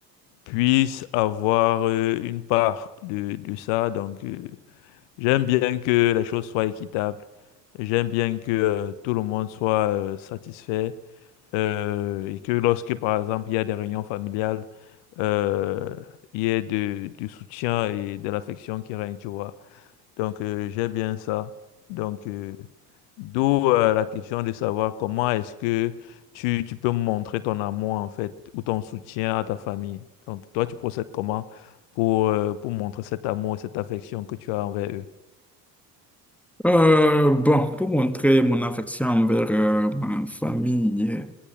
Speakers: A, on the left; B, in the centre.
A: puisse avoir euh, une part de, de ça. Donc, euh, J'aime bien que les choses soient équitables. J'aime bien que euh, tout le monde soit euh, satisfait euh, et que lorsque, par exemple, il y a des réunions familiales, euh, il y ait de- du soutien et de l'affection qui règne, tu vois. Donc, euh, j'aime bien ça. Donc, euh, d'où euh, la question de savoir comment est-ce que tu, tu peux montrer ton amour, en fait, ou ton soutien à ta famille. Donc, toi, tu procèdes comment pour, euh, pour montrer cet amour et cette affection que tu as envers eux?
B: Euh, bon, pour montrer mon affection envers euh, ma famille,